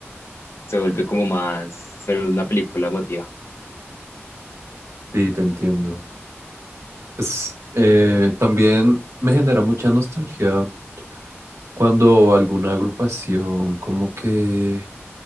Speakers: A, on the left; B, on the right.
A: Se vuelve como más solo una película emotiva.
B: Sí, te entiendo. Es, eh, también me genera mucha nostalgia cuando alguna agrupación como que